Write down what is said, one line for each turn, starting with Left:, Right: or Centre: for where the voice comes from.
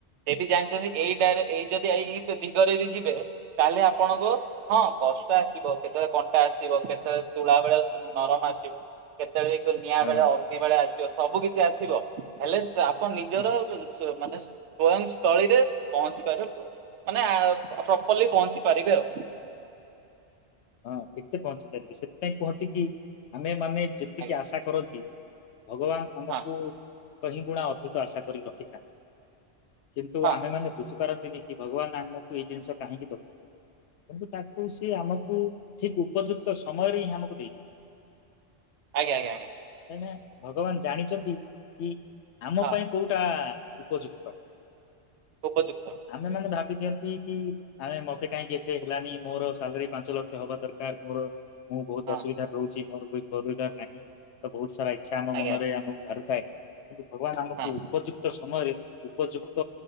Right: ସେ ବି ଜାଣିଛନ୍ତି ଏଇଡ ଏଇ ଯଦି ଏଇ ଦିଗରେ ବି ଯିବେ କହଲେ ଆପଣଙ୍କ ହଁ କଷ୍ଟ ଆସିବ କେତେବେଳେ କଣ୍ଟା ଆସିବ କେତେବେଳେ ତୁଳା ବେଳେ ନରମ ଆସିବ କେତେବେଳେ କେ ନିଆଁ
Left: ହଁ
Right: ବେଳେ ଅଗ୍ନି ବେଳେ ଆସିବ ସବୁ କିଛି ଆସିବ ହେଲେ ଆପଣ ନିଜର
Left: ହଁ
Right: ମାନେ ବୟସ୍ଥଳୀରେ ପହଞ୍ଚି ପାରିବେ ମାନେ ପ୍ରପରଲି ପହଞ୍ଚି ପାରିବେ ଆଉ।
Left: ହଁ ଠିକ ସେ ପହଞ୍ଚି ପାରିବି ସେଥିପାଇଁ କହନ୍ତିକି ଆମେ ମାନେ ଯେତିକି
Right: ଆଜ୍ଞା
Left: ଆଶା କରନ୍ତି। ଭଗବାନ ଆମକୁ
Right: ହଁ
Left: କେଇ ଗୁଣା ଅଧିକ ଆଶା କରି ରଖିଥାନ୍ତି। କିନ୍ତୁ
Right: ହଁ
Left: ଆମେମାନୋନେ ବୁଝିପାରନ୍ତିନି କି ଭଗବାନ ଆମକୁ ଏଇ ଜିନିଷ କାହିଁକି ଦଉ କିନ୍ତୁ ତାକ ସେ ଆମକୁ ଠିକ ଉପଯୁକ୍ତ ସମୟରେ ହିଁ ଆମକୁ ଦେଇଥିବେ।
Right: ଆଜ୍ଞା ଆଜ୍ଞା ଆଜ୍ଞା।
Left: ନା ଭଗବାନ ଜାଣିଛନ୍ତି କି ଆମ
Right: ହଁ
Left: ପାଇଁ କୋଉଟା ଉପଯୁକ୍ତ
Right: ଉପଯୁକ୍ତ।
Left: ଆମେମାନେ ଭାବି ଦିଅନ୍ତ୍ କି ଆମେ ମତେ କାହିଁକି ଏତେ ହେଲାନି ମୋର ସାଲାରୀ ପାଞ୍ଚ ଲକ୍ଷ ହବା ଦରକାର ମୋର ମୁଁ ବହୁତ
Right: ହଁ
Left: ଅସୁବିଧ ରହୁଛି ମୋର ପରିବାର ନାହିଁ ତ ବହୁତ ସାରା ଇଚ୍ଛା ଆମ
Right: ଆଜ୍ଞା
Left: ମନରେ ଆମକୁ ଧାରୁଥାଏ କିନ୍ତୁ ଭଗବାନ ଆମକୁ
Right: ଆଜ୍ଞା,
Left: ଉପଯୁକ୍ତ ସମୟରେ ଉପଯୁକ୍ତ